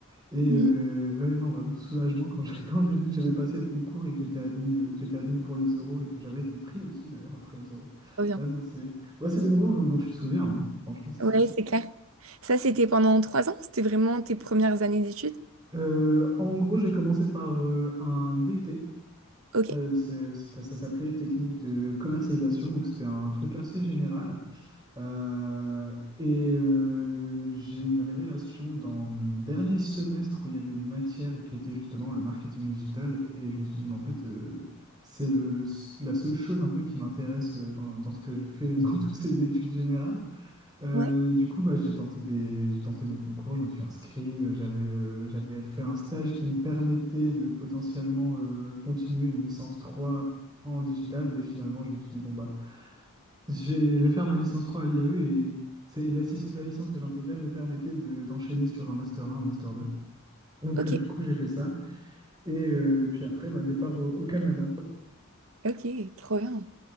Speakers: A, on the right (about 20°); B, on the right (about 65°).
A: Et
B: Mhm.
A: euh, ouais, non, vraiment soulagement quand j'ai <laughs> quand j'ai vu que j'avais passé le concours et que j'étais admis, euh, que j'étais admis pour les euros et que j'avais été pris aussi d'ailleurs après les euros.
B: Trop bien.
A: Ah non, c'est bah, c'est des moments dont, dont tu te souviens, hein. Franchement. c'est
B: Ouais,
A: des-
B: c'est clair. Ça, c'était pendant trois ans? C'était vraiment tes premières années d'études?
A: Euh, en gros, j'ai commencé par euh, un DUT.
B: Ok.
A: Euh, c'est- c'est- ça s'appelait technique de commercialisation, donc c'était un truc assez général. Euh, et euh, j'ai eu une révélation dans mon dernier semestre où il y avait une matière qui était justement le marketing digital. Et je me suis dit, mais en fait, euh, c'est le- le la seule chose un peu qui m'intéresse euh, dans, dans ce que j'ai fait <laughs> dans toutes ces études générales. Euh,
B: Ouais.
A: du coup, bah, j'ai tenté des, j'ai tenté mes concours, je me suis inscrit, euh, j'avais euh, j'avais fait un stage qui me permettait de potentiellement euh, continuer une licence 3 en digital. Mais finalement, je me suis dit, bon, bah, je vais, je vais faire ma licence 3 à l'IAE et c'est la, sis- la licence que j'intégrais me permettait de- d'enchaîner sur un master 1, un master deux Donc
B: Ok,
A: euh, du coup, j'ai fait ça. Et euh, puis après, bah, départ au, au Canada.
B: ok, trop bien.